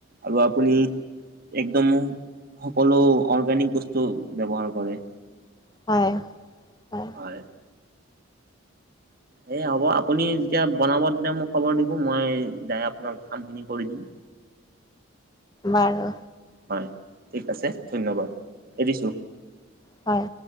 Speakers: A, on the right; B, on the left.
A: আৰু আপুনি একদমো সকলো অৰ্গেনিক বস্তু ব্যৱহাৰ কৰে।
B: হয় হয়।
A: হয়। সেয়া হ'ব আপুনি যেতিয়া বনাব তেতিয়া মোক খবৰ দিব, মই যাই আপোনাক কামখিনি কৰি দিম।
B: বাৰু।
A: হয় ঠিক আছে ধন্যবাদ এৰিছোঁ।
B: হয়।